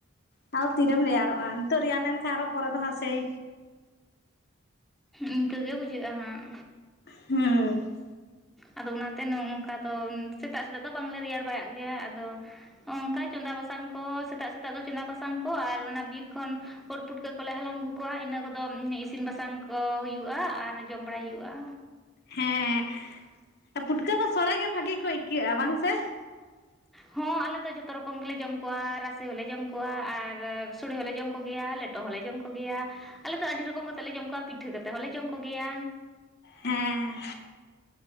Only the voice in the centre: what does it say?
ᱤᱱᱠᱟᱹ ᱜᱮ ᱵᱩᱡᱷᱟᱹᱜᱼᱟ ᱦᱟᱸᱜ᱾
ᱟᱫᱚ ᱚᱱᱟᱛᱮ ᱱᱚᱼᱳᱝᱠᱟ ᱫᱚ ᱥᱮᱛᱟᱜ ᱥᱮᱛᱟᱜ ᱫᱚ ᱵᱟᱝᱞᱮ ᱨᱮᱭᱟᱲ ᱵᱟᱲᱟᱜ ᱜᱮᱭᱟ ᱟᱫᱚ᱾ ᱚᱱᱠᱟ ᱪᱚᱸᱫᱟ ᱵᱟᱥᱟᱝ ᱠᱚ ᱥᱮᱛᱟᱜ ᱥᱮᱛᱟᱜ ᱫᱚ ᱪᱚᱸᱫᱟ ᱵᱟᱥᱟᱝ ᱠᱚ ᱟᱨ ᱚᱱᱟ ᱵᱤᱨ ᱠᱷᱚᱱ ᱩᱫ ᱯᱩᱴᱠᱟᱹ ᱠᱚᱞᱮ ᱦᱟᱞᱟᱝ ᱟᱹᱜᱩ ᱠᱚᱣᱟ ᱤᱱᱟᱹ ᱠᱚ ᱫᱚ ᱤᱥᱤᱱ ᱵᱟᱥᱟᱝ ᱠᱚ ᱦᱩᱭᱩᱜᱼᱟ ᱟᱨ ᱡᱚᱢ ᱵᱟᱲᱟᱭ ᱦᱩᱭᱩᱜᱼᱟ᱾
ᱦᱚᱸ ᱟᱞᱮ ᱛᱚ ᱡᱚᱛᱚ ᱨᱚᱠᱚᱢ ᱜᱮᱞᱮ ᱡᱚᱢ ᱠᱚᱣᱟ, ᱨᱟᱥᱮ ᱦᱚᱸᱞᱮ ᱡᱚᱢ ᱠᱚᱣᱟ ᱟᱨ ᱥᱚᱲᱮ ᱦᱚᱸᱞᱮ ᱡᱚᱢ ᱠᱚᱜᱮᱭᱟ ᱞᱮᱴᱼᱼ ᱞᱮᱴᱚ ᱦᱚᱸᱞᱮ ᱡᱚᱢ ᱠᱚ ᱜᱮᱭᱟ ᱟᱞᱮ ᱫᱚ ᱟᱹᱰᱤ ᱨᱚᱠᱚᱢ ᱠᱟᱛᱮ ᱞᱮ ᱡᱚᱢ ᱠᱚᱣᱟ ᱯᱤᱴᱷᱟᱹ ᱠᱟᱛᱮᱫ ᱦᱚᱸᱞᱮ ᱡᱚᱢ᱾ ᱠᱚᱜᱮᱭᱟ᱾